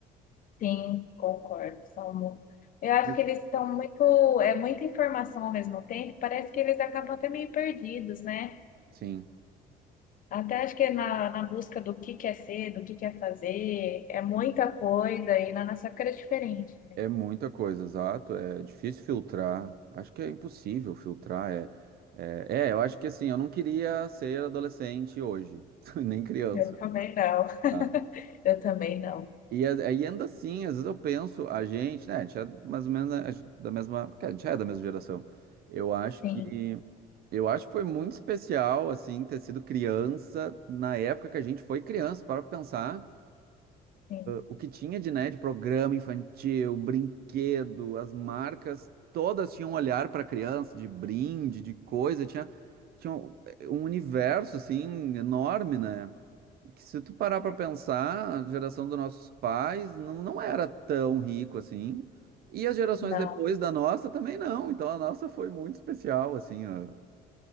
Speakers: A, on the left; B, on the right.
A: Sim, concordo, são mu- Eu acho
B: Mas,
A: que eles estão muito, é muita informação ao mesmo tempo, parece que eles acabam até meio perdidos, né?
B: Sim,
A: Até acho que na, na busca do que quer ser, do que quer fazer, é muita coisa, e na nossa época era diferente, né?
B: é muita coisa, exato. É difícil filtrar. Acho que é impossível filtrar. É, é, é, eu acho que, assim, eu não queria ser adolescente hoje, <laughs> nem criança.
A: Eu também não.
B: tá?
A: Eu também não.
B: E a- aí anda assim, às vezes eu penso, a gente, né, a gente é mais ou menos né, a gen- da mesma, porque a gente é da mesma geração. Eu acho
A: Sim,
B: que eu acho que foi muito especial assim ter sido criança na época que a gente foi criança, para pensar.
A: sim.
B: O que tinha de, né, de programa infantil, brinquedo, as marcas, todas tinham um olhar para criança, de brinde, de coisa, tinha, tinha um eh, um universo, assim, enorme, né? E que se tu parar para
A: É.
B: pensar, a geração dos nossos pais não, não era tão rico assim, e as gerações
A: Não,
B: depois da nossa também não, então a nossa foi muito especial, assim, ó.